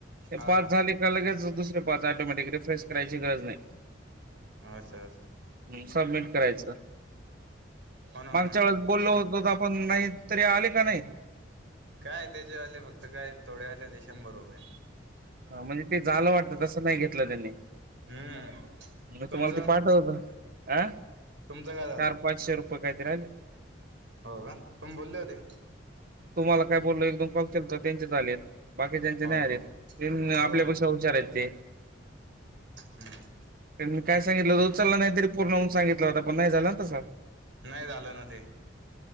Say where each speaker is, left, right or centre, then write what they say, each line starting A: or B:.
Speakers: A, on the right (about 50°); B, on the right (about 75°).
A: ते
B: हा
A: पाच
B: हा
A: झाले का लगेचच दुसर पाच ऑटोमॅटिक रिफ्रेश करायची गरज नाही
B: असं असं
A: हम् सबमिट करायचं
B: हो ना
A: मागच्या
B: हो ना
A: वेळेस बोललो होतो तर आपण नाही तरी आले का नाही.
B: काय त्याच्या आले फक्त काय थोडे्या आले होते शंभर रुपये
A: हा म्हणजे ते झालं वाटत तसं नाही घेतलं त्यांनी
B: हम्म
A: म
B: तुमचं
A: तुम्हाला त पाठवल अ
B: तुमचं काय झालं
A: चार
B: तर
A: पाचशे रुप पप्पा काय करायल्यात? <unintelligible>
B: हो का? तुमी बोलले होते?
A: तुम्हाला काय बोललो एक दोन कॉल तर त्यांचे त्यांचेच आलेत, बाकीच्यांचे नाही
B: हो
A: आलेत.
B: हो
A: तेन आपल्यापेक्षा
B: हो हो
A: हुशार आहेत ते.
B: <inaudible>
A: त्यांनी काय सांगितलवत उचलला नाही तरी पूर्ण होइन सांगितलवता, पण नाही झाला ना तसा.
B: नाही झालं ना ते